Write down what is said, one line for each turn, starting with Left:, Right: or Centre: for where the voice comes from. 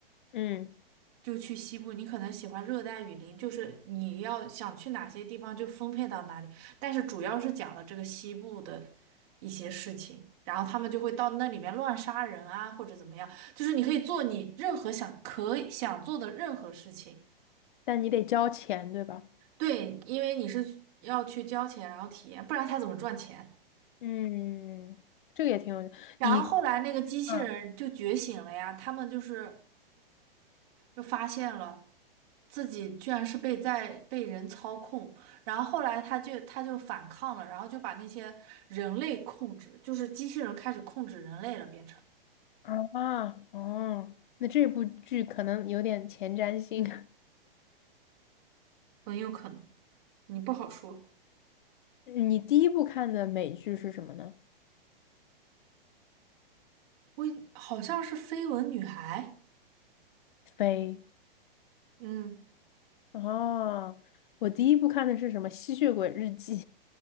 Left: 嗯，
Right: 就去西部，你可能喜欢热带雨林，就是你要想去哪些地方就分配到哪里。但是主要是讲了这个西部的一些事情，然后他们就会到那里面乱杀人啊，或者怎么样，就是你可以做你任何想可以想做的任何事情。
Left: 但你得交钱，对吧？
Right: 对，因为你是要去交钱，然后体验，不然他怎么赚钱？
Left: 嗯，这个也挺有你，
Right: 然后后来那个机器人就觉醒了呀，
Left: 嗯
Right: 他们就是就发现了。自己居然是被在被人操控，然后后来他就他就反抗了，然后就把那些人类控制，就是机器人开始控制人类了，变成
Left: 啊哦，那这部剧可能有点前瞻性。<laughs>
Right: 很有可能，你不好说。
Left: 你第一部看的美剧是什么呢？
Right: 我好像是绯闻女孩，
Left: 飞。
Right: 嗯，
Left: 哦，我第一部看的是什么《吸血鬼日记》